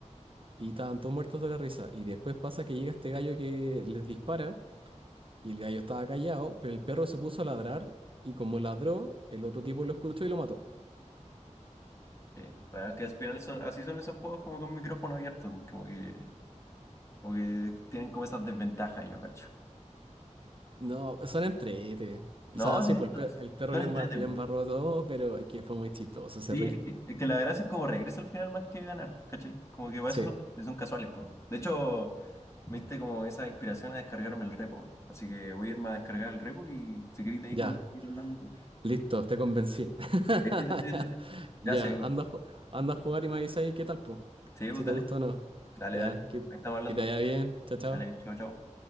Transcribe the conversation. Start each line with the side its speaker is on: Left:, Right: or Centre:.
Right: Y estaban todos muertos de la risa. Y después pasa que llega este gallo que les dispara, y el gallo estaba callado, pero el perro se puso a ladrar, y como ladró, el otro tipo lo escuchó y lo mató.
Left: Sí. Para que al final son, así son esos juegos como con micrófono abierto, pues, como que, como que tienen como esas desventajas, yo cacho.
Right: No, son entrete. O
Left: No,
Right: sea, sí,
Left: sí,
Right: pues el,
Left: son
Right: per-
Left: son
Right: el perro le,
Left: entretenidos.
Right: embar- le embarró todo, pero es que fue muy chistoso ese
Left: Sí,
Right: reel.
Left: es que, es que la gracia es como regreso al final más que ganar, ¿cachai? Como que para
Right: Sí,
Left: eso son, son casuales, pues. De hecho, me diste como esa inspiración a descargarme el repo. Así que voy a irme a descargar el repo y si querés de ahí podemos
Right: ya.
Left: ir hablando.
Right: Listo, te convencí. <laughs>
Left: Sí, sí, sí, sí. Gracias,
Right: Ya,
Left: güey.
Right: anda, a ju- anda a jugar y me avisas ahí qué tal, pues.
Left: Sí, pues,
Right: Si te
Left: dale,
Right: gustó o no.
Left: dale,
Right: Ya,
Left: dale.
Right: que,
Left: Ahí estamos hablando.
Right: que te vaya bien. Chao, chao.
Left: Dale, chau, chau.